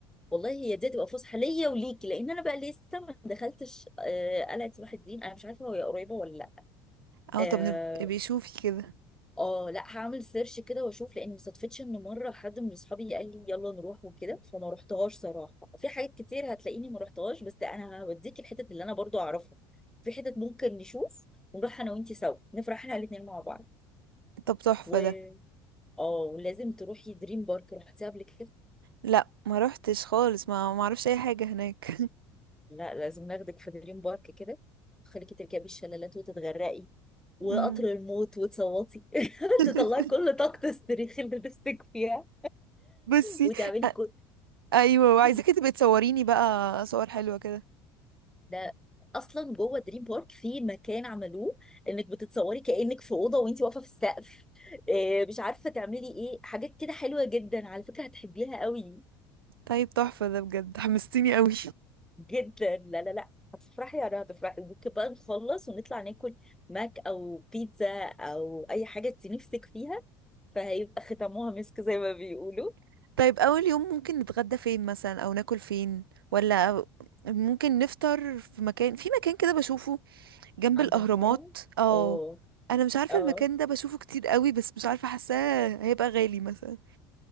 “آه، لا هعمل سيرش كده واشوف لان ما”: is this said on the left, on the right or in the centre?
Centre